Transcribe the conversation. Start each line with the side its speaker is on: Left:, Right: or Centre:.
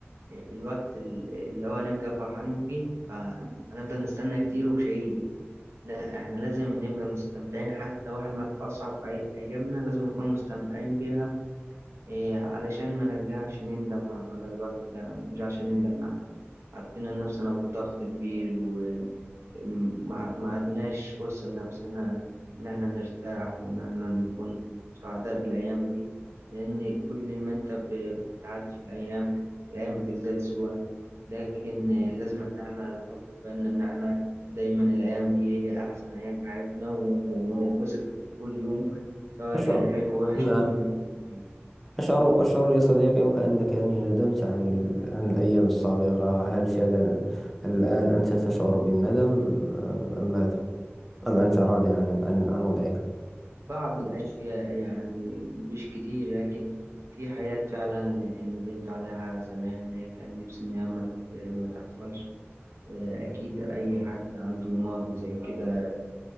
Right: إيه، الوقت ال- اللي هو هنبقى فرحانين فيه فهنفضل نستنى كتير ومش هيجي لا إحنا لازم نبقى مستمتعين حتى وإحنا في أصعب أي- أيامنا لازم نكون مستمتعين بيها إيه، علشان ما نرجعش نندم على الوقت ده وما نرجعش نندم على حطينا نفسنا في ضغط كبير ما ما عدناش فرصة لنفسنا إن إحنا نرتاح وإن إحنا نكون سعداء بالأيام دي لأن كل ما أنت ب- بتعدي في الأيام الأيام بتزداد سوءا لكن لازم إن إحنا نحط في بالنا إن إحنا دايما الأيام دي هي أحسن أيام في حياتنا و- ونتبسط كل يوم سواء
Centre: أشعر
Right: كان حلو أو وحش
Centre: نعم
Right: لازم نتبسط بيه.
Centre: أشعر أشعر يا صديقي وكأنك يعني ندمت عن ال... عن الأيام السابقة هل فعلا الآن أنت تشعر بالندم أم أم ماذا أم أنت راض عن عن, عن وضعك
Right: بعض الأشياء يعني مش كتير لكن في حاجات فعلا ندمت عليها زمان كان نفسي إن هي ما ما تحصلش أكيد أي حد عنده ماضي زي كده